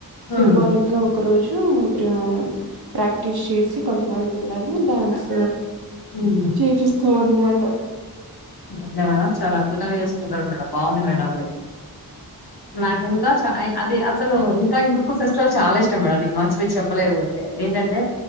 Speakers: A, on the left (about 80°); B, on the right (about 75°).
A: హ్మ్.
B: సింబాలిక్ గా ఒక్ ఒక రోజు ప్రీ ప్రాక్టీస్ చేసి కొంతమంది పిల్లల్ని డ్యాన్స్
A: హ్మ్.
B: చేేపిస్తవన్నమాట
A: ఓకే మేడం చాలా అద్భుతంగా జేసుకుంటరు మేడం బాగుంది మేడం మీరు నాకు ఇంకా చా అది అసలు ఇంకా ఇంకొక ఫెస్టివల్ చాలా ఇష్టం మేడం మార్చిపోయ్ చెప్పలేదు ఏంటంటే